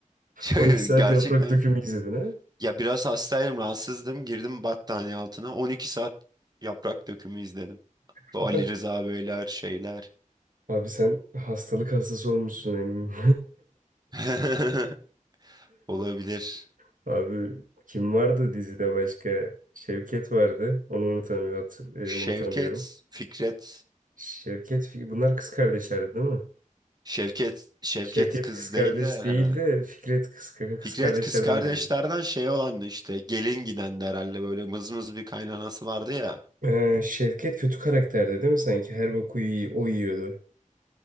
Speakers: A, on the right; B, on the right.
A: <laughs>
B: 12 saat
A: Gerçekten.
B: yaprak dökümü izledin ha?
A: Ya biraz hastaydım, rahatsızdım. Girdim battaniye altına. 12 saat yaprak dökümü izledim. Bu
B: <laughs>
A: Ali Rıza Beyler şeyler.
B: Abi sen hastalık hastası olmuşsun eminim.
A: <laughs> Olabilir.
B: <laughs> Abi kim vardı dizide başka? Şevket vardı. Onu unutamıyorum.
A: Şevket,
B: unutamıyorum.
A: Fikret.
B: Şevket, Fi- bunlar kız kardeşlerdi değil mi?
A: Şevket Şevket
B: Şevket
A: kız
B: kız kardeş
A: değil de herhalde.
B: değildi. Fikret kız,
A: Fikret
B: kız kardeşlerden
A: kız kardeşlerden
B: biriydi.
A: şey olan işte gelin giden de herhalde böyle mızmız bir kaynanası vardı ya.
B: Ee, Şevket kötü karakterdi değil mi sanki? Her boku iyi, o yiyordu.